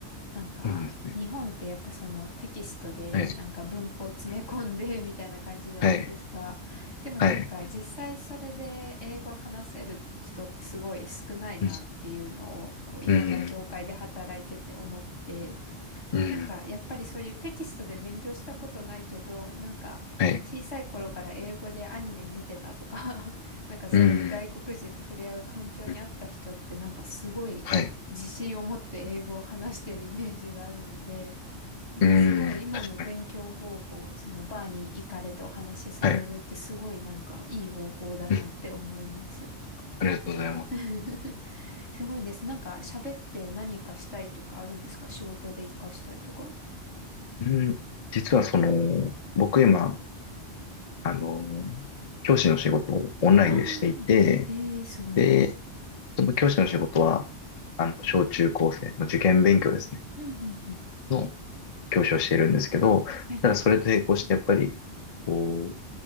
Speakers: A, on the left; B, on the left.
A: なんか、
B: そうですね。
A: 日本ってやっぱそのテキストでなんか文法詰め込んで
B: はい。うん
A: <laughs> みたいな感じじゃないですか。
B: はい。
A: でもなんか実際それで英語話せる人ってすごい少ないなっていうのを、
B: はい。うん。
A: こういろんな業界で働いてて思って、
B: うん。うん。
A: なんか、やっぱりそういうテキストで勉強したことないけど、なんか、
B: はい。
A: 小さい頃から英語でアニメ見てたとか <laughs> なんかそういう外国人と触れ合う環境にあった人って、
B: うん。うん
A: なんかすごい自信を持って英語を話してるイメージがあるので、
B: はい。
A: なんかすごい今の勉強方法、
B: うん。確かに。
A: そのバーに行かれてお話しされるってすごいなんかいい方法だなって思います。
B: はい。うん。ありがとうございます。
A: <laughs> すごいです。なんか喋って何かしたいとかあるんですか仕事で活かしたいとか。
B: うん。実はその、僕今、あの、教師の仕事をオンラインでしていて、
A: ああ、ええ、すごい。
B: で、その教師の仕事は、あの、小中高生、まあ、受験勉強ですね、
A: うんうんうん。
B: の教師をしているんですけど、
A: はい。
B: ただそれと並行してやっぱり、こう、